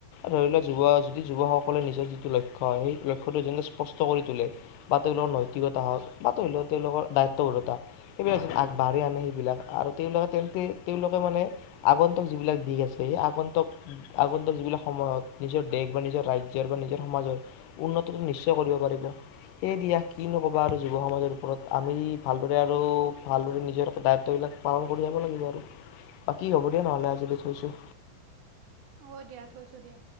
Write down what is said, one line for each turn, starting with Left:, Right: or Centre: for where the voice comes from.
Left: ধৰি ল যুৱ যদি যুৱসকলে নিজৰ যিটো লক্ষ্য, সেই লক্ষ্যটো স্পষ্ট <unintelligible> কৰি তোলে বা তেওঁলোকৰ নৈতিকতা হওক বা ধৰি লওক তেওঁলোকৰ দায়িত্ব ঘোৰতা সেইবিলাক য আগবাঢ় আনে সেইবিলাক আৰু তেওঁলোকে তেন্তে তেওঁলোকে মানে আগন্তক যিবিলাক দিশ আছে আগন্তক আগন্তুক যিবিলাক সময়ত নিজৰ দেশ বা নিজৰ ৰাজ্যৰ বা নিজৰ সমাজৰ উন্নতটো নিশ্চয় কৰিব পাৰ <inaudible> হে দিয়া কি নোকবা আৰু যুৱ সমাজৰ ওপৰত আমি ভালদৰে আৰু ভালদৰে নিজৰ দায়িত্ববিলাক পালন কৰি যাব লাগিব আৰু বাকি হ'ব দিয়া নহ'লে আজিলৈ থৈছো।
Right: অ', দিয়া থৈছো দিয়া।